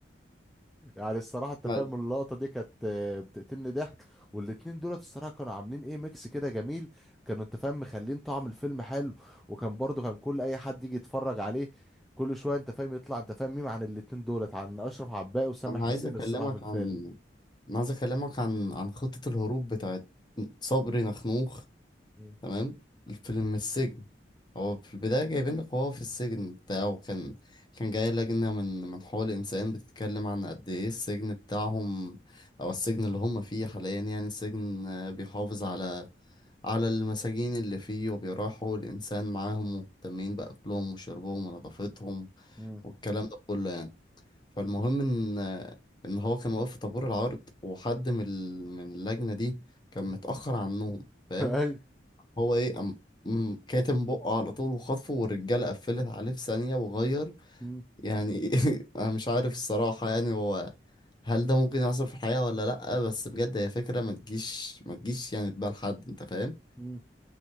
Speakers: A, in the centre; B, on the left.
A: يعني الصراحة انت
B: <laughs>
A: فاهم اللقطة دي كانت آه، بتقتلني ضحك والاتنين دولت الصراحة كانوا عاملين ايه ميكس كده جميل كانوا انت فاهم مخلين طعم الفيلم حلو وكان برضو كان كل اي حد يجي يتفرج عليه كل شوية انت فاهم يطلع انت فاهم ميم عن الاتنين دولت عن اشرف عباقي وسامح
B: انا
A: حسين
B: عايز اكلمك
A: الصراحة في الفيلم
B: عن انا عايز اكلمك عن عن خطة الهروب بتاعت صبري نخنوخ
A: مم.
B: تمام الفيلم السجن هو في البداية جايبين لك وهو في السجن بتاعه كان كان جاي لجنة من من حقوق الإنسان بتتكلم عن قد إيه السجن بتاعهم أو السجن اللي هم فيه حاليا يعني السجن آه، بيحافظ على على المساجين اللي فيه وبيراعي حقوق الإنسان معاهم ومهتمين بأكلهم وشربهم ونظافتهم
A: مم.
B: والكلام ده كله يعني فالمهم ان ان هو كان واقف في طابور العرض وحد من ال- من اللجنه دي كان متاخر عنهم فاهم
A: <laughs> ايوه
B: هو ايه أم أم كاتم بقه على طول وخطفه والرجاله قفلت عليه في ثانيه وغير
A: مم.
B: يعني <laughs> انا مش عارف الصراحه يعني هو هل ده ممكن يحصل في الحقيقه ولا لا بس بجد هي فكره ما تجيش ما تجيش يعني في بال حد انت فاهم
A: مم.